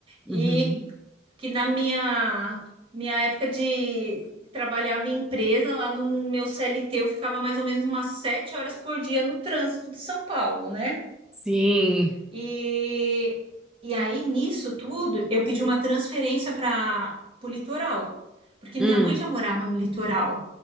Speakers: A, in the centre; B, on the right.
A: Uhum.
B: e que na minha, minha época de trabalhava em empresa, lá no meu CLT, eu ficava mais ou menos umas sete horas por dia no trânsito de São Paulo, né?
A: Sim.
B: E, e aí, nisso tudo, eu pedi uma transferência para o litoral, porque
A: Hum.
B: minha mãe já morava no litoral.